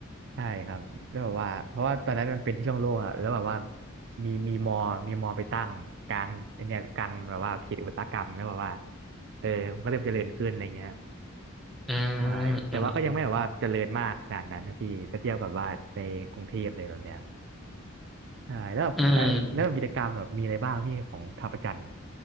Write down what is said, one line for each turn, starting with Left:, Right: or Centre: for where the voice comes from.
Right: ใช่ครับแล้วแบบว่าเพราะว่าตอนนั้นมันเป็นที่โล่งๆอ่ะแล้วแบบว่ามีมีมอมีมอไปตั้งกลางไอ้เนี่ยกลางแบบว่าเขตอุตสาหกรรมแล้วแบบว่าเออมันก็เริ่มเจริญขึ้นอะไรเงี้ย
Centre: อืมอืมอืม
Right: ใช่แต่ว่าก็ยังไม่แบบว่าเจริญมากขนาดนั้นนะพี่ถ้าเทียบกับว่าในกรุงเทพเลยแบบเนี้ยใช่แล้วแบบเออแล้วแบบกิจกรรมแบบมีอะไรบ้างพี่ของท่าประจันทร์
Centre: อืม